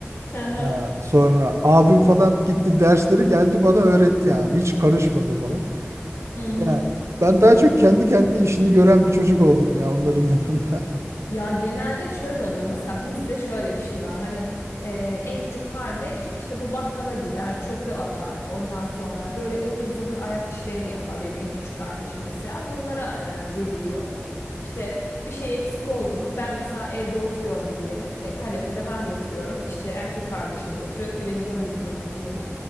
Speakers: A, on the left; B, on the right.
A: Hı hı.
B: Ha, sonra abim falan gitti dersleri geldi bana öğretti ya. Hiç karışmadı falan.
A: Hı hı.
B: Yani ben daha çok kendi kendi işini gören bir çocuk oldum ya onların yanında.
A: Ya genelde şöyle oluyor. Mesela bizde şöyle bir şey var. Hani e, en küçük kardeş işte bu bakkala gider, çöpü atar. Ondan sonra böyle ıvır zıvır ayak işlerini yapar. Benim en küçük kardeşim mesela bunlara e, veriliyor. İşte bir şey eksik oldu mu? Ben mesela evde oturuyorum diyelim. E, kanepede ben de oturuyorum. İşte erkek kardeşim de oturuyor. Televizyon izliyoruz diyelim.